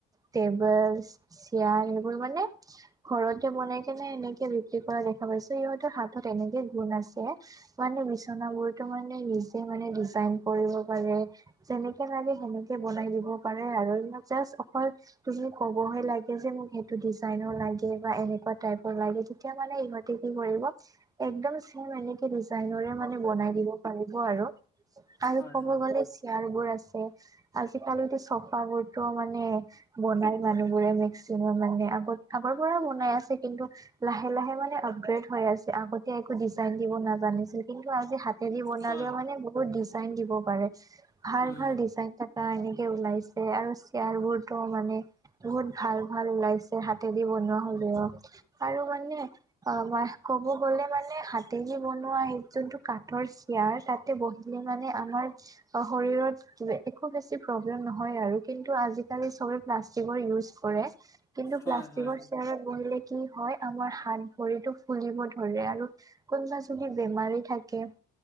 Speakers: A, on the right; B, on the left.
A: টেবলছ, চেয়া সেইবোৰ মানে, ঘৰতে বনাইকেনে এনে বিক্ৰী কৰা দেখা পাইছো, ইহঁতৰ হাতত এনেকে গুণ আছে, মানে বিচনা বোৰতো মানে নি যিমানে ডিজাইন কৰিব পাৰে, যেনেকে লাগে সেনেকে বনাই দিব পাৰে, <unintelligible> যাচ অকল তুমি ক'বহে লাগে যে মোক সেইটো ডিজাইনৰ লাগে বা এনেকুৱা টাইপৰ লাগে। এতিয়া মানে ইহঁতে কি কৰিব, একদম চেম এনেকে ডিজাইনৰে মানে বনাই দিব পাৰে। ব আৰু। আৰু
B: হয়
A: ক'ব
B: হয়
A: গ'লে
B: হয়
A: চেয়াৰ বোৰ আছে, আজিকালিতো চফাবোৰ টো মানে বনাই মানুহবোৰে মেক্সিমাম মানে আগত-আগৰ পৰাই বনাই আছে। কিন্তু লাহে-লাহে মানে আপগ্ৰেড হৈ আছে, আগতে একো ডিজাইন দিব নাজানিছিল, কিন্তু আজি হাত হেৰি বনালেও
B: হয়
A: মানে বহুত ডিজাইন দিব পাৰে। ভাল-ভাল
B: উম
A: ডিজাইন থাকা এনেকে ওলাইছে, আৰু চ চেয়াৰ বোৰতো মানে, বহুত ভাল-ভাল ওলাইছে হাতেদি বনোৱা হ'লেও। আৰু মানে অ' মই ক'ব গ'লে মানে হাতেদি বনোৱা সেই যোনটো কাঠৰ চেয়াৰ চেয়াৰ, তাতে বহিলে মানে আমাৰ শৰীৰত একো বেছি প্ৰব্লেম নহয় আৰু কিন্ত কিন্তু আজিকালি চবে প্লাষ্টিকৰ ইওছ কৰে, কিন্তু
B: হয়
A: প্লাষ্টিকৰ
B: হয়
A: চেয়াৰত বহিলে কি হয় আমাৰ হাত ভৰিটো ফুলিব ধৰে, আৰু কোনোবা যদি বেমাৰী থাকে।